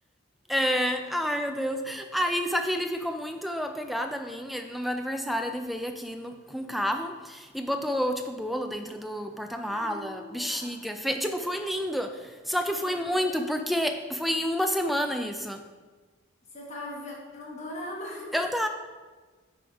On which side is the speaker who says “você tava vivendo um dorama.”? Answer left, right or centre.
Left